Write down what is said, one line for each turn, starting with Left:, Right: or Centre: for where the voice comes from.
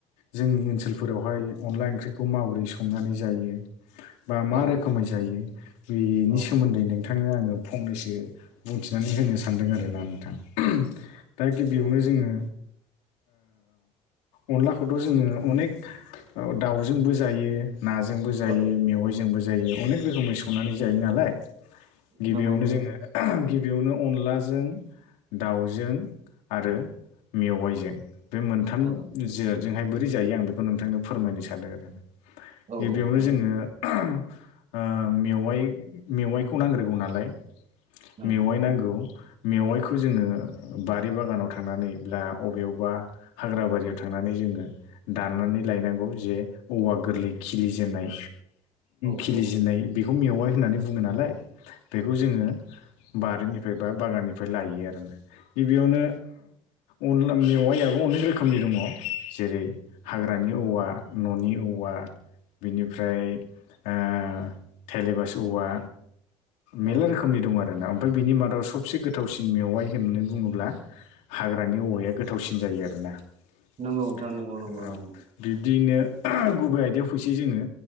Left: जोंनि ओनसोलफोरावहाय अनला ओंख्रिखौ माबोरै संनानै जायो बा मा
Right: औ
Left: रोखोमै जायो बेनि
Right: औ
Left: सोमोन्दै नों नोंथांनो आङो फंनैसो बुंथिनानै होनो सानदों आरोना नोंथां दा गिबियावनो
Right: औ
Left: जोङो अनलाखौथ' जोङो अनेक दाउजोंबो जायो नाजोंबो जायो
Right: औ
Left: मेवाइजोंबो जायो अनेक रोखोमै संनानै जायो नालाय गिबियावनो
Right: नंगौ नोंथां
Left: जोङो गिबियावनो अनलाजों दाउजों आरो मेवाइजों बे मोनथाम
Right: औ
Left: जिराद जोंहाय बोरै जायो आं बेखौ नोंथांनो फोरमायनो सानदों आरो
Right: औ
Left: गिबियावनो
Right: नोंथां
Left: जोङो ओ मेवाइ मेवाइखौ नांग्रोगौ नालाय
Right: नंगौ
Left: मेवाइ नांगौ
Right: औ
Left: मेवाइखौ जोङो बारि बागानाव थांनानै अबेयावबा हाग्रा बारियाव थांनानै जों जोङो दाननानै लायनांगौ जे औवा गोरलै खिलिजेननाय
Right: औ
Left: खिलिजेनन्नाय
Right: औ
Left: बेखौ मेवाय होननानै बुङो नालाय बेखौ जोङो बारिनिफ्राय बा बागाननिफ्राय लायो गिबियावनो अनल मेवायाबो अनेख रोखोमनि दङ जेरै हाग्रानि औवा न'नि औवा बिनिफ्राय ओ थेलेबास औवा। मेलला
Right: औ
Left: रोखोमनि दं आरो ना ओमफ्राय बिनि मादाव सबसे गोथावसिन मेवाइ होननानै बुंङोब्ला हाग्रानि औवाया गोथावसिन जायो आरोना। औ
Right: नंगौ नोंथां नंगौ नंगौ नंगौ
Left: बिब्दियैनो ओह गुबै आयदायाव फैसै जोंङो